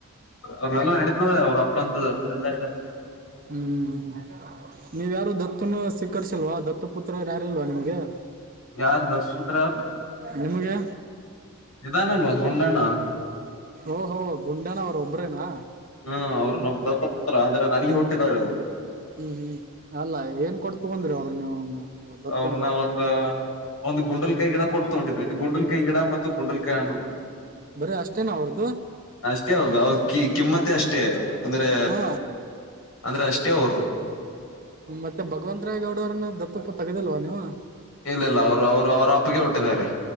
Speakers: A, on the left; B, on the right.
A: ಅದೆಲ್ಲ ನಡಿತದ. ಅವ್ರ ಅಪ್ಪಂದು ಎಲ್ಲಾ ಇದೆ.
B: ಹ್ಮ್ ನೀವ್ ಯಾರು ದಪ್ಪ. ಸ್ವೀಕರಿಸಿಲ್ಲ ದತ್ತು ಪುತ್ರರ್ ಯಾರು ಇಲ್ವಾ ನಿಮ್ಗೆ.
A: ಯಾರ ದಶಪುತ್ರ ಯಾರೂ
B: ನಿಮ್ಗೆ
A: ಇದಾನಲ್ವಾ. ಗುಂಡಣ್ಣ.
B: ಓಹೋ ಗುಂಡಣ್ಣ ಅವರು ಒಬ್ರೇನಾ.
A: ಹ್ಮ್ ಅವ್ರ ನಮ್ ದತ್ತಪುತ್ರ ಅಂದ್ರೆ ನನಗೆ ಹುಟ್ಟಿದ್ದಾರೆ ಅವ್ರು.
B: ಹ್ಮ್ ಹ್ಮ್ ಅಲ್ಲ ಏನ್ ಕೊಡ್ ತಗೊಂಡ್ರಿ ಅವ್ರ ನೀವು. ನೀವು ದತ್ತುನ
A: ಅವ್ರನ್ನ ಒಂದು. ಒಂದು ಗುಂಡಲ್ ಕೈ ಗಿಡ ಕೊಟ್. ತಗೊಂಡಿದ್ದಾರೆ ಗುಂಡಲ್ ಕೈ ಗಿಡ ಮತ್ತ. ಗಂಡಲ್ ಕಾಯಿ ಹಣ್ಣು.
B: ಬರೀ ಅಷ್ಟೇನ ಅವ್ರದ್ದು
A: ಅಷ್ಟೇ ಹೊರದು ಅವಿ ಕಿಮ್ಮತ್ತ ಅಷ್ಟೇ. ಅಷ್ಟೇ. ಅಂದ್ರೆ.
B: ಹಾ
A: ಅಂದ್ರೆ ಅಷ್ಟೇ ಅವ್ರ್ದು.
B: ಮತ್ತೆ ಭಗವಂತ್ ರಾಯ್ ಗೌಡ ಅವ್ರನ್ನ ದತ್ತುಗೆ ತಗದಿಲ್ವ ನೀವು.
A: ಇಲ್ಲ ಇಲ್ಲ ಅವರು ಅವ್ರು ಅವ್ರ ಅಪ್ಪಗೆ ಹುಟ್ಟಿದ್ದಾರೆ.